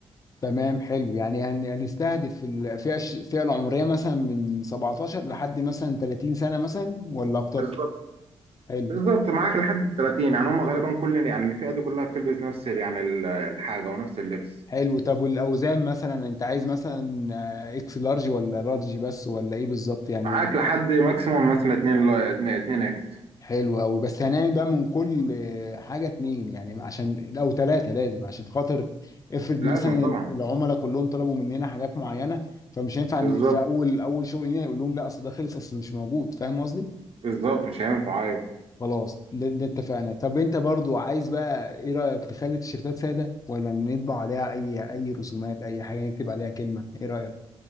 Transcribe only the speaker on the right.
بالظبط
بالظبط معاك لحد ال 30 يعني هم غالبا كل يعني الفئه دي كلها بتلبس نفس ال- يعني ال- الحاجه ونفس اللبس
معاك لحد ماكسيموم مثلا 2 2 اكس
لازم طبعا
بالظبط
بالظبط مش هينفع ايوه